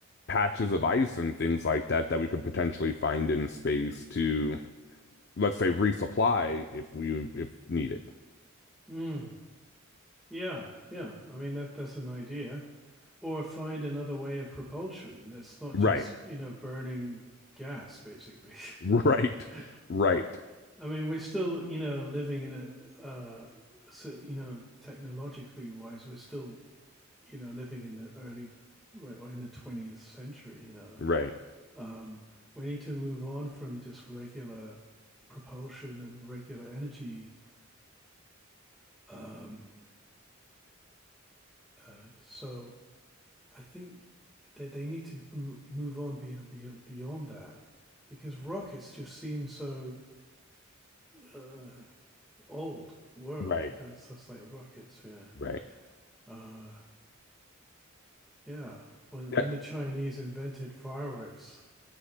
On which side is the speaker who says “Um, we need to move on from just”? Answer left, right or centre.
Centre